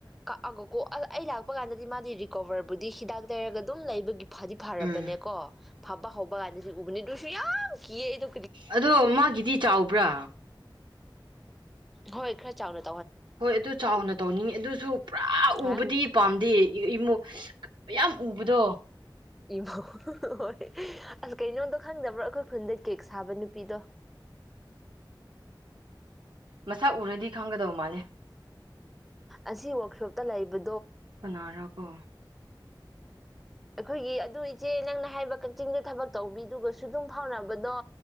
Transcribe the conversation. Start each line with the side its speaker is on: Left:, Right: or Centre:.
Centre: ꯀꯛꯑꯒ ꯀꯣ ꯑꯩ ꯂꯥꯛꯄ ꯀꯥꯟꯗꯗꯤ ꯃꯥꯗꯤ ꯔꯤꯀꯣꯕꯔꯕꯨꯗꯤ ꯍꯤꯗꯥꯛ ꯂꯩꯩꯔꯒ ꯑꯗꯨꯝ ꯂꯩꯕꯒꯤ ꯐꯗꯤ ꯐꯔꯕꯅꯦꯀꯣ
Right: ꯎꯝ
Centre: ꯐꯕ ꯍꯧꯕ ꯀꯥꯟꯗꯁꯨ ꯎꯕꯅꯦ ꯑꯗꯨꯁꯨ ꯌꯥꯝ ꯀꯤ ꯑꯩꯗ
Right: ꯑꯗꯣ ꯃꯥꯒꯤꯗꯤ ꯆꯥꯎꯕ꯭ꯔꯥ
Centre: ꯍꯣꯏ ꯈꯔ ꯆꯥꯎꯥꯎꯅ
Right: ꯍꯣꯏ ꯑꯗꯨ ꯆꯥꯎꯅ ꯇꯧꯅꯤꯡꯉꯤ ꯑꯗꯨꯁꯨ ꯄꯨꯔꯥ
Centre: ꯍꯥ
Right: ꯎꯕꯗꯤ ꯄꯥꯝꯗꯦ ꯏꯃ ꯃꯌꯥꯝ ꯎꯕꯗꯣ
Centre: ꯏꯕꯣ ꯍꯣꯏ ꯑꯁ ꯀꯩꯅꯣꯗꯣ ꯈꯪꯗꯕ꯭ꯔꯣ ꯑꯩꯈꯣꯏ ꯈꯨꯟꯗ ꯀꯦꯛ ꯁꯥꯕ ꯅꯨꯄꯤꯗꯣ
Right: ꯃꯁꯥ ꯎꯔꯗꯤ ꯈꯪꯒꯗꯧ ꯃꯥꯜꯂꯦ
Centre: ꯑꯁꯤꯁ ꯋꯛꯁꯣꯄ ꯂꯩꯕ
Right: ꯀꯅꯥꯔꯒꯣ
Centre: ꯑꯩꯈꯣꯏꯒꯤ ꯑꯗꯨ ꯏꯆꯦ ꯅꯪꯅ ꯍꯥꯏꯕ ꯀꯛꯆꯤꯡꯗ ꯊꯕꯛ ꯇꯧꯕꯤꯗꯨꯒꯁꯨ ꯑꯗꯨꯝ ꯐꯥꯎꯅꯕꯗꯣ